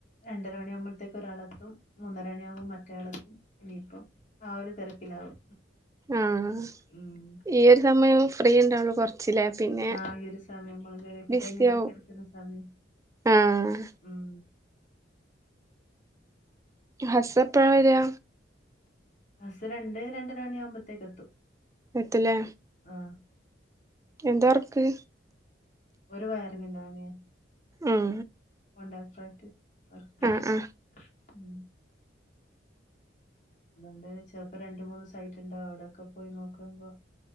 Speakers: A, on the left; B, on the right.
A: രണ്ടര മണിയാകുമ്പോഴത്തേക്ക് ഒരാളത്തും മൂന്നര മണി ആകുമ്പോ മറ്റരാളത്തും ഇനിയിപ്പോ ആഹ് ഒരു തിരക്കിലാവും
B: ആഹ്
A: ഉം
B: ഈ ഒരു സമയം ഫ്രീ ഉണ്ടാവുള്ളു കുറച്ചിലെ പിന്നെ
A: ആഹ് ഈ ഒരു സമയം മുളകലിയൊക്കെ
B: ബിസി
A: കഴിഞ്ഞ് അവർ
B: ആവും
A: കെടക്കുന്ന സമയം
B: ആഹ്
A: ഉം
B: ഹസ്സ് എപ്പഴാ വരാ?
A: ഹസ് രണ്ട് രണ്ടര മണിയ ആവുമ്പഴത്തേക്ക് എത്തും
B: എത്തില്ലേ
A: ആഹ്
B: എന്താ വർക്ക്
A: ഓരു വയറിങ്ങിൻ്റെ പണിയാണ്
B: ഉം
A: കൊണ്ടാത്രായിട്ട് വർക്ക്
B: ആഹ് ആഹ്
A: ഉം അതുകൊണ്ട് ചെറപ്പോ രണ്ട് മൂന്ന് സൈറ്റ് ഉണ്ടാവും അവിടെക്കെ പോയി നോക്കുമ്പോ